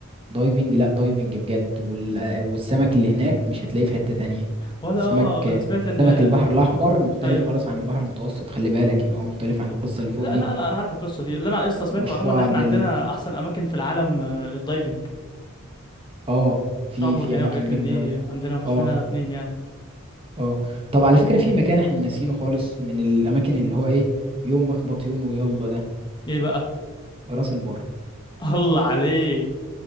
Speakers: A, on the right (about 25°); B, on the left (about 20°).
A: دايفنج لا دايفنج بجد وال... والسمك اللي هناك مش هتلاقيه في حتة تانية
B: ولا
A: سمك
B: اه انا سمعت ان
A: سمك البحر الأحمر مختلف
B: ايوه
A: خالص عن البحر المتوسط خلي بالك يعني هو مختلف عن القصة اللي فوق
B: لا
A: دي
B: لا لا انا عارف القصه دي اللي انا يا اسطى سمعت
A: والشعب
B: معلومه ان احنا عندنا
A: ال...
B: احسن اماكن في العالم آه، للدايفنج
A: اه في
B: شعاب
A: في
B: مرجانيه
A: اماكن
B: وحاجات
A: جامده
B: من دي
A: قوي
B: آه، عندنا مفيش
A: اه
B: منها اتنين يعني
A: اه طب على فكره في مكان احنا ناسينه خالص من الاماكن اللي هو ايه يوم مخبط يوم ويلا ده
B: ايه بقى
A: راس البر
B: <laughs> الله عليك